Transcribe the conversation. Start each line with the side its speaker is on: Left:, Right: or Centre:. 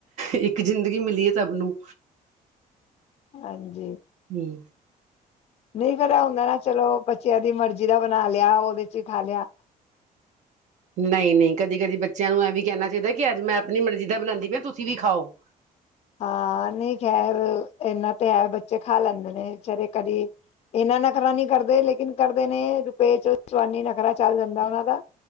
Right: ਇੱਕ ਜ਼ਿੰਦਗੀ ਮਿਲੀ ਹੈ ਸਭ ਨੂੰ
Left: ਹਾਂਜੀ
Right: ਹਮ
Left: ਨਹੀਂ ਫੇਰ ਇਹ ਹੁੰਦਾ ਨਾ ਚਲੋ ਬੱਚਿਆਂ ਦੀ ਮਰਜ਼ੀ ਦਾ ਬਣਾ ਲਿਆ ਉਹਦੇ ਚ ਖਾ ਲਿਆ
Right: ਨਹੀਂ ਨਹੀਂ ਕਦੀ ਕਦੀ ਬੱਚਿਆਂ ਨੂੰ ਇਹ ਵੀ ਕਹਿਣਾ ਚਾਹੀਦਾ ਕਿ ਅੱਜ ਮੈਂ ਆਪਣੀ ਮਰਜ਼ੀ ਦਾ ਬਣਾਉਂਦੀ ਪਈ ਤੁਸੀਂ ਵੀ ਖਾਓ
Left: ਹਾਂ ਨਹੀਂ ਖੈਰ ਇਹਨਾ ਤੇ ਹੈ ਬੱਚੇ ਖਾ ਲੈਂਦੇ ਨੇ ਵਿਚਾਰੇ ਕਦੀ ਇੰਨਾ ਨਖਰਾ ਨਹੀ ਕਰਦੇ ਲੇਕਿਨ ਕਰਦੇ ਨੇ ਰੁਪਏ ਚ ਚਵਾਨੀ ਨਖਰਾ ਚੱਲ ਜਾਂਦਾ ਉਹਨਾਂ ਦਾ